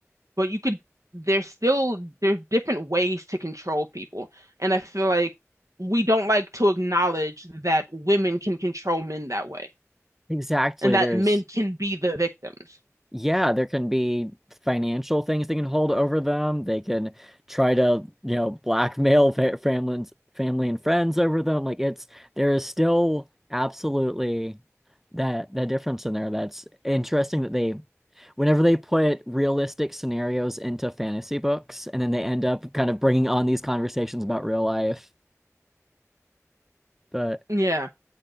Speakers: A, on the right; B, in the centre.
A: but you could, there's still, there's different ways to control people. And I feel like we don't like to acknowledge that women can control men that way
B: Exactly,
A: and that
B: there's
A: men can be the victims.
B: Yeah, there can be financial things they can hold over them. They can try to, you know, blackmail fa families, family and friends over them. Like it's there is still absolutely that that difference in there. That's interesting that they whenever they put realistic scenarios into fantasy books and then they end up kind of bringing on these conversations about real life. But
A: Yeah,